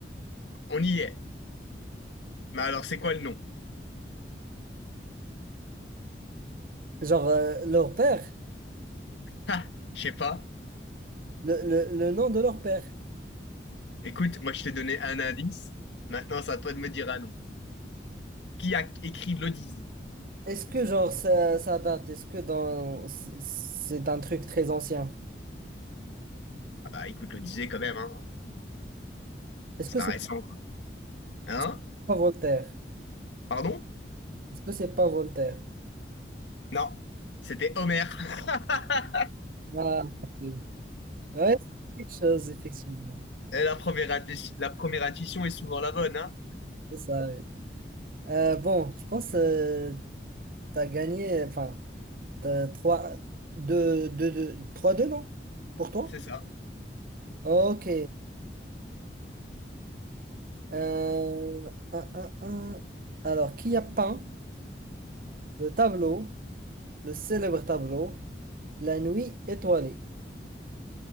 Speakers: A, on the left; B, on the right.
A: On y est. Mais alors, c'est quoi le nom?
B: Genre, euh, leur père,
A: Ha, je sais pas.
B: le, le- le nom de leur père.
A: Écoute, moi, je t'ai donné un indice. Maintenant, c'est à toi de me dire un nom. Qui a écrit l'Odyssée?
B: Est-ce que, genre, ça, ça date? Est-ce que dans... c'est un truc très ancien?
A: Ah bah, écoute, l'Odyssée quand même, hein.
B: Est-ce
A: C'est
B: que
A: pas
B: c'est
A: récent, quoi. Hein?
B: est-ce que c'est pas Voltaire?
A: Pardon?
B: Est-ce que c'est pas Voltaire?
A: Non, c'était Homer. <laughs>
B: Ah, ok. Ouais, c'est quelque chose, effectivement.
A: Et la première, inti, la première intuition est souvent la bonne, hein?
B: C'est ça, oui. Euh, bon, je pense que tu as gagné, euh, enfin, t'as 3 2 2 2, 3-2, non? Pour toi?
A: C'est ça.
B: Ok. Euh, un, un, un. Alors, qui a peint le tableau, le célèbre tableau, La Nuit étoilée?